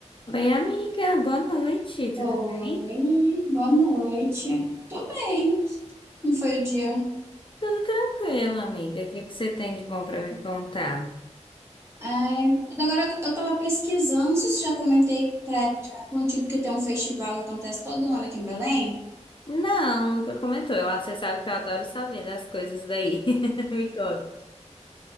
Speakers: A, on the left; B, on the right.
A: Oi, amiga, boa noite, tudo
B: Oi,
A: bem?
B: boa noite. Tô bem. Não foi o dia.
A: Tudo tranquilo, amiga. O que que você tem de bom pra me contar?
B: Ai, agora eu tava pesquisando, não sei se já comentei pra, contigo que tem um festival que acontece todo ano aqui em Belém.
A: Não, nunca comentou. Eu, você sabe que eu adoro saber das coisas daí. <laughs> Me conta.